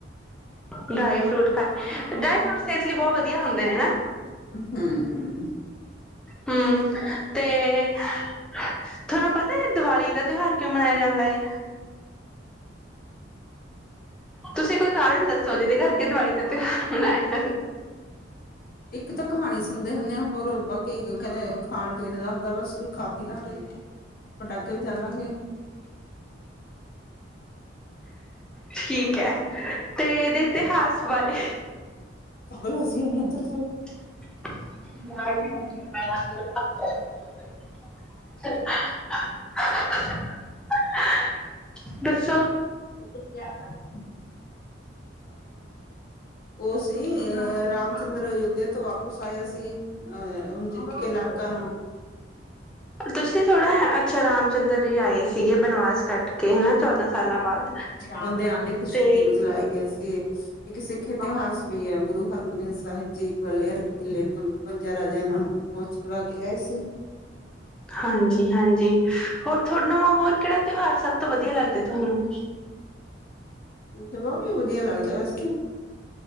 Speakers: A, in the centre; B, on the left.
A: ਡਰਾਈ ਫਰੂਟ ਖਾਏ ਡਰਾਈ ਫਰੂਟ ਸਿਹਤ ਕੇ ਲਈ ਬਹੁਤ ਵਧੀਆ ਹੁੰਦੇ ਭਿਆ
B: ਹੂੰ
A: ਹੂੰ ਤੇ ਤੁਹਾਨੂੰ ਪਤਾ ਦਿਵਾਲੀ ਦਾ <unintelligible> ਤਿੳਉਹਾਰ ਕਿਉ ਮਨਾਇਆ ਜਾਂਦਾ ਹੈ ਤੁਸੀਂ ਕੋਈ ਕਾਰਨ ਦੱਸੋ ਜਿਹਦੇ ਕਰਕੇ ਦਵਾਈ ਤੇ ਤੇ ਬੁਲਾਏ। <inaudible>
B: ਇੱਕ ਤਾਂ ਕਹਾਣੀ ਸੁਣਦੇ ਹੁੰਦੇ ਆ, ਹੋਰ ਬਾਕੀ ਕਨੇ ਖਾਣ ਪੀਣ ਦਾ ਹੁੰਦਾ ਬਸ-ਵੀ-ਖਾ ਇਹਨਾਂ ਦੇ ਪਟਾਕੇ ਵੀ ਚੱਲਾਂਗੇ।
A: ਠੀਕ ਹ ਤੇ ਇਹਦੇ ਇਤਿਹਾਸ ਬਾਰੇ
B: <unintelligible> ਨ ਅੰਤਰ ਚਲ
A: <unintelligible> <unintelligible>
B: <unintelligible> ਉਹ ਸੀ ਅ-ਅ ਰਾਮ ਚੰਦਰ ਅਯੋਧਿਆ ਤੋਂ ਵਾਪਿਸ ਆਇਆ ਸੀ। ਹਹ-ਉਹਣ ਜਿੱਤ ਕਿ ਲੱਕਾ
A: ਤੁਸੀਂ ਤੋੜਾ ਹੈ, ਅੱਛਾ ਰਾਮ ਚੰਦਰ ਜੀ ਆਏ। ਸੀਗੇ ਬਨਵਾਸ ਕੱਟ ਕੇ ਹਨਾ ਚੌਦਾਂ ਸਾਲਾਂ ਬਾਅਦ
B: ਬੰਦੇ ਆਣ ਦੀ ਖੁਸ਼ੀ
A: ਤੇ
B: ਨੂੰ ਜਲਾਏ ਗਏ ਸੀ। ਇੱਕ ਸਿੱਖ ਇਤਿਹਾਸ ਗੁਰੂ ਹਰਗੋਬਿੰਦ ਸਾਹਿਬ ਜੀ ਗਵਾਲਿਅਰ ਕਿਲੇ ਤੋ ਪੰਜਾ ਰਾਜੇਆ ਨੂੰ <unintelligible> ਕੇ ਲਿਆਏ ਸੀ।
A: ਹਾਂਜੀ-ਹਾਂਜੀ ਹੋਰ ਤੁਹਾਨੂੰ ਹੋਰ ਕਿਹੜਾ ਤਿਉਹਾਰ ਸਭ ਤੋਂ ਵਧੀਆ ਲੱਗਦਾ ਹੈ? ਤੁਹਾਨੂੰ
B: ਦਵਾ ਵੀ ਵਧੀਆ ਲੱਗਦੀ <unintelligible>